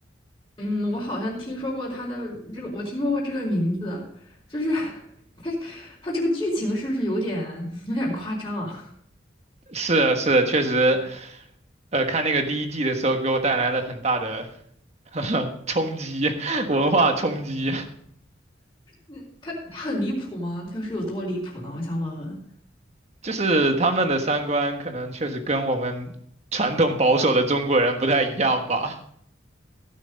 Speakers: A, on the left; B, on the right.
A: 嗯，我好像听说过他的这个，我听说过这个名字，就是他他这个剧情是不是有点有点夸张啊？
B: 是啊是啊，确实，呃，看那个第一季的时候，给我带来了很大的 <laughs> 冲击，文化冲击。
A: <laughs> 他他很离谱吗？他是有多离谱呢？我想问问。
B: 就是他们的三观可能确实跟我们传统保守的中国人不太一样吧。